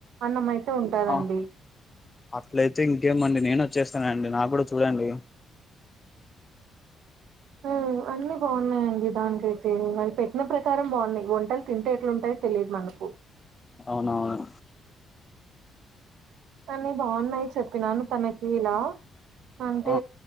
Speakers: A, on the right; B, on the left.
A: అన్నము అయితే ఉంటదండి
B: ఆ అట్లయితే ఇంకేమండి నేను వచ్చేస్తానండి నా కూడా చూడండి
A: ఉమ్ అన్ని బాగున్నాయండి దానికైతే పెట్టిన ప్రకారం బాగున్నాయి వంటలు తింటే ఎట్లుంటాయో తెలియదు మనకు
B: అవునవును
A: అన్ని బాగున్నాయి చెప్పినాను తనకి ఇలా అంటే
B: ఆ